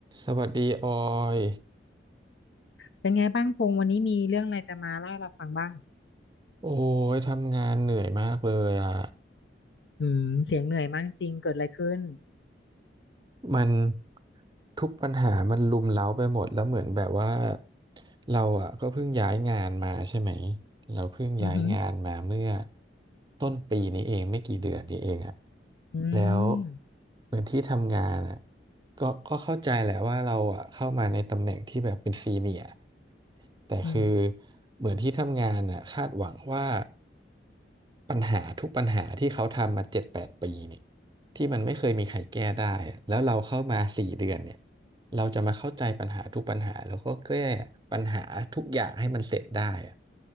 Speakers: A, on the right (about 25°); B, on the left (about 70°).
A: สวัสดีออย
B: เป็นไงบ้างพงษ์วันนี้มีเรื่องอะไรจะมาเล่าให้เราฟังบ้าง
A: โอ้ยทำงานเหนื่อยมากเลยอ่ะ
B: อืมเสียงเหนื่อยมากจริงเกิดอะไรขึ้น
A: มัน ทุกปัญหามันรุมเร้าไปหมดแล้วเหมือนแบบว่าเราอ่ะก็เพิ่งย้ายงานมาใช่ไหมเราเพิ่งย้ายงานมาเมื่อ
B: อือหือ
A: ต้นปีนี้เองไม่กี่เดือนนี้เองอ่ะ
B: อื
A: แล้ว
B: ม
A: เหมือนที่ทำงานอ่ะก็ก็เข้าใจแหละว่าเราอ่ะเข้ามาในตำแหน่งที่แบบเป็นซีเนียร์แต่คือ
B: อืม
A: เหมือนที่ทำงานอ่ะคาดหวังว่าปัญหาทุกปัญหาที่เขาทำมาเจ็ดแปดปีเนี่ยที่มันไม่เคยมีใครแก้ได้อะแล้วเราเข้ามาสี่เดือนเนี่ย เราจะมาเข้าใจปัญหาทุกปัญหาแล้วก็แก้ปัญหาทุกอย่างให้มันเสร็จได้อะ